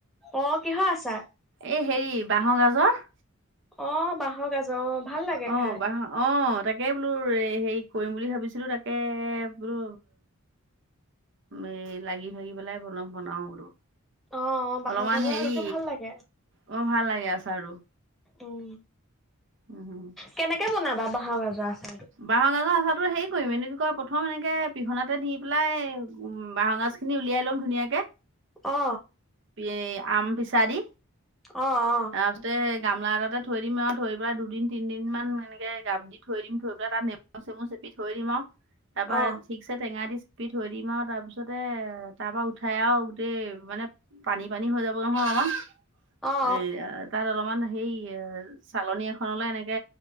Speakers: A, in the centre; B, on the right.
A: অ কিহৰ আচাৰ?
B: এই হেৰি বাঁহৰ গাজৰ।
A: অ, বাঁহৰ গাজৰ অ, ভাল লাগে
B: অ
A: খাই।
B: বাঁহ অ, তাকে বোলো এ, হেৰি কৰিম বুলি ভাবিছিলোঁ তাকে বোলো এ, লাগি ভাগি পেলাই অলপ বনাও বোলো।
A: অ অ বাঁহৰ
B: অলপমান
A: গাজৰ
B: হেৰি,
A: সেইটো ভাল লাগে
B: বৰ ভাল লাগে আছে আচাৰটো।
A: উম!
B: উম
A: কেনেকে বনাবা বাঁহৰ গাজৰ আচাৰটো?
B: বাঁহৰ গাজৰ আচাৰটো হেৰি কৰিম এইটো কি কয় প্ৰথম এনেকে পিহনাতে দি পেলাই উম বাহগাজ খিনি উলিয়াই লম ধুনীয়াকে।
A: অ।
B: এই আম পিছা দি।
A: অ', অ',।
B: তাৰপিছতে গামলা এটাতে থৈ দিম আৰু থৈ পেলাই দুদিন তিনদিন মান এনেকে গাপ দি থৈ দিম। এটা নেমু চেমু চেপি থৈ দিম আৰু তাপা
A: অ
B: ঠিকছে টেঙা দি চেপি থৈ দিম আও তাৰ পিছতে তাৰ পৰা উঠাই আৰু গোটেই মানে পানী পানী হৈ যাব নহয় অলপমান।
A: অ',
B: সেইয়া তাত অলপমান সেইয়া। চালনী এখনলে এনেকে